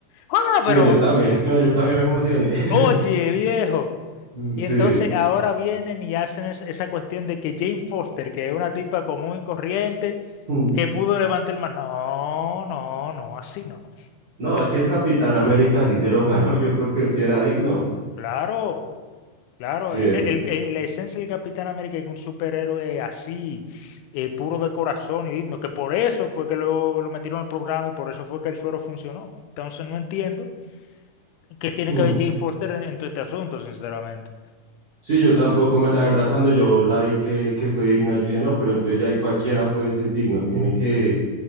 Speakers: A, on the left (about 85°); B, on the right (about 35°).
A: ¡guau! Pero,
B: sí, yo también, <laughs> yo también me emocioné. <laughs>
A: oye, viejo. Y
B: Sí.
A: entonces ahora vienen y hacen es- esa cuestión de que Jane Foster, que es una tipa común y corriente,
B: Mm.
A: que pudo levantar el mar. No, no, no, así no,
B: No,
A: así
B: es que el
A: no.
B: Capitán América sí se lo ganó. Yo creo que él sí era digno.
A: Claro. Claro,
B: Sí,
A: es
B: él-
A: que el, eh, la esencia del Capitán América es que un superhéroe así, eh, puro de corazón y digno, que por eso fue que lo, lo metieron al programa y por eso fue que el suero funcionó. Entonces no entiendo qué tiene
B: Mm.
A: que ver Jane Foster en, en todo este asunto, sinceramente.
B: Sí, yo tampoco, me- la verdad, cuando yo la vi que, que fue digna, yo dije, no, pero entonces ya ahí cualquiera puede ser digno. Tiene que,